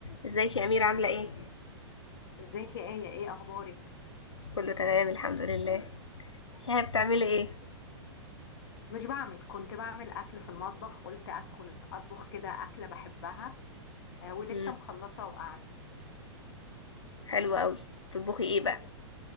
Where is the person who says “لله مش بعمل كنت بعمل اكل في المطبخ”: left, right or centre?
Left